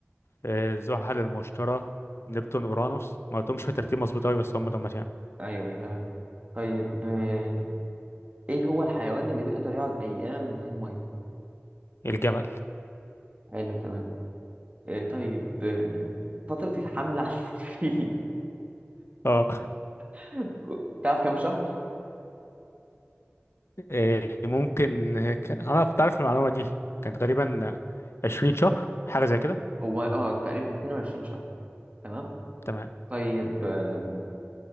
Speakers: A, on the left; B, on the right.
A: آه، زحل المشتري نبتون اورانوس ما قلتهمش في ترتيب مظبوط قوي بس هم دول يعني
B: أيوه أيوه تمام طيب آه، ايه هو الحيوان اللي بيقدر يقعد أيام من غير مية؟
A: الجمل
B: حلو تمام آه، طيب آه، فترة الحمل على الفيل
A: اه
B: <laughs> تعرف كام شهر؟
A: <laughs> آه، ممكن آه، ك- انا كنت عارف المعلومة دي كانت غالبا 20 شهر حاجة زي كده
B: هو اه تقريبا 22 شهر تمام
A: تمام
B: طيب آه،